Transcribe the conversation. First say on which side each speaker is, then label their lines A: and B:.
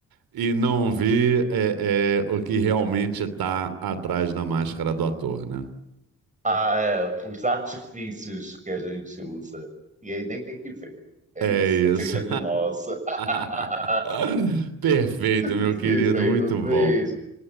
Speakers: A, on the right; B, on the right.
A: E não ver é, é, o que realmente está atrás da máscara do ator, né?
B: Ah, é, os artifícios que a gente usa. E aí nem tem que ver. É
A: É
B: isso.
A: isso.
B: É segredo nosso. <laughs>
A: <laughs> Perfeito,
B: <laughs>
A: meu querido,
B: Respeito,
A: muito bom.
B: beijo.